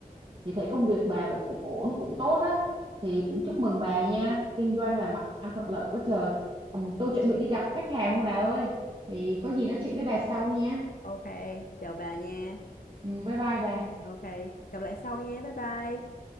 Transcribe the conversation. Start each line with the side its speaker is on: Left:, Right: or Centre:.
Right: Thì thấy công việc bà vậy cũng ổn, cũng tốt á. Thì cũng chúc mừng bà nha. Kinh doanh là mặt ăn thuận lợi quá trời. Ừ, tôi chuẩn bị đi gặp khách hàng nha bà ơi. Thì có gì nói chuyện với bà sau nha.
Left: ok chào bà nha
Right: Ừ, bye bye bà.
Left: ok gặp lại sau nha bye bye